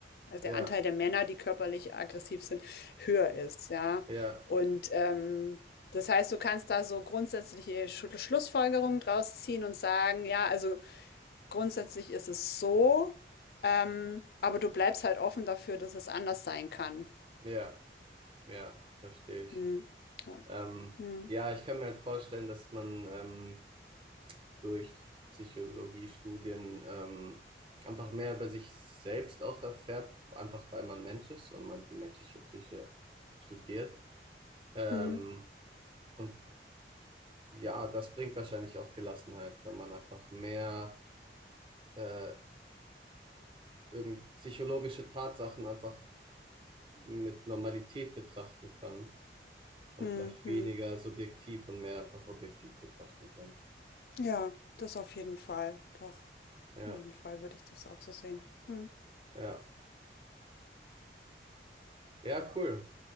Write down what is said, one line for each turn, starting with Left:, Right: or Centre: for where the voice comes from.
Left: also
Right: ja,
Left: der Anteil der Männer, die körperlich aggressiv sind, höher ist. Ja,
Right: ja,
Left: und ähm, das heißt, du kannst da so grundsätzliche Schlu- Schlussfolgerungen draus ziehen und sagen, ja, also Grundsätzlich ist es so, ähm, aber du bleibst halt offen dafür, dass es anders sein kann.
Right: ja, ja, verstehe ich.
Left: Hm. Ja.
Right: Ähm,
Left: Hm.
Right: ja, ich kann mir halt vorstellen, dass man ähm, durch Psychologiestudien ähm, einfach mehr über sich selbst auch erfährt, einfach weil man Mensch ist und man die menschliche Psyche studiert. Ähm,
Left: Hm.
Right: und ja, das bringt wahrscheinlich auch Gelassenheit, weil man einfach mehr äh, irgend psychologische Tatsachen einfach mit Normalität betrachten kann und
Left: Hm.
Right: vielleicht
Left: Hm.
Right: weniger subjektiv und mehr einfach objektiv betrachten kann.
Left: Ja, das auf jeden Fall. Doch,
Right: Ja,
Left: in jedem Fall würde ich das auch so sehen. Hm.
Right: ja. Ja, cool.